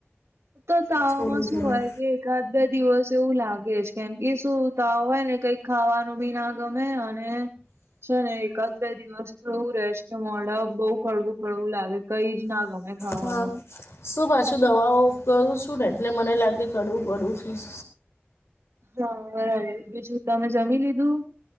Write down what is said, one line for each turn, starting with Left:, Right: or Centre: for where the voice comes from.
Right: તો તાવમાં
Left: થોડું થોડું
Right: શું હોય? કે એકાદ બે દિવસ એવું લાગે છે કેમ કે શું તાવ હોય ને કઈક ખાવાનું બી નાખ ગમે અને છે ને એકાદ બે દિવસ તો એવું રહે છે કે મોડા બઉુ કડવું કડવું લાગે. કઈ જ ના ગમે ખાવાનું.
Left: હા શું પાછું દવાઓ કરું છું ને એટલે મને લાગે કરવું કરું.
Right: હા બરાબર બીજું તમે જમી લીધું?